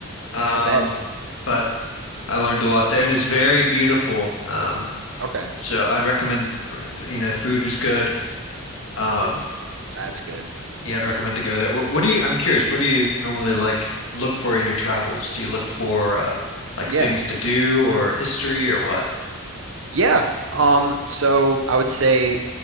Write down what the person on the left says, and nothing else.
um,
but I learned a lot there, and it's very beautiful. Um,
so I'd recommend, you know, food was good. Um
Yeah, I'd recommend to go there. What, what do you, I'm curious, what do you normally like look for in your travels? Do you look for uh, like
things to do or history or what?